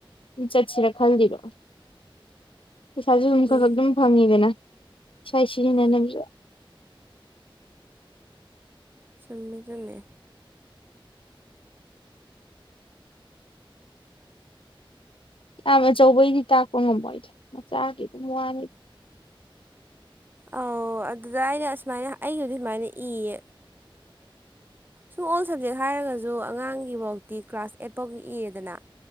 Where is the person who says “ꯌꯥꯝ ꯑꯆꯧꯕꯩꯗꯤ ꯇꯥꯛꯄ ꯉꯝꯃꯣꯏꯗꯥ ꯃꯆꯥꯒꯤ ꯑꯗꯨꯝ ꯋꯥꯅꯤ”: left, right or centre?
Left